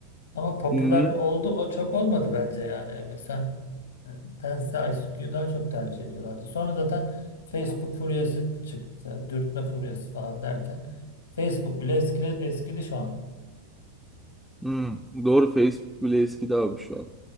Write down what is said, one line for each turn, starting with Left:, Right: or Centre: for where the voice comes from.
Left: Ama popüler
Centre: Hmm.
Left: oldu o çok olmadı bence yani. Mesela e, Tense ICQ'yu daha çok tercih ediyorlardı. Sonra zaten Facebook furyası çıktı. Dürtme furyası falan derken Facebook bile eskili, eskidi şu an.
Centre: Hmm. Doğru Facebook bile eskidi abi şu an.